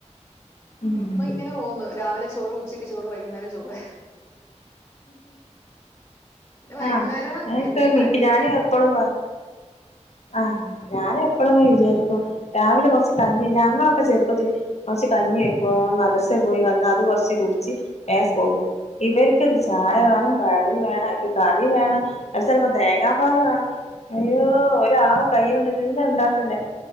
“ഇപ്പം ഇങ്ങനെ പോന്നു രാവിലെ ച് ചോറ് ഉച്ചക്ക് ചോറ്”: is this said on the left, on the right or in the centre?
Left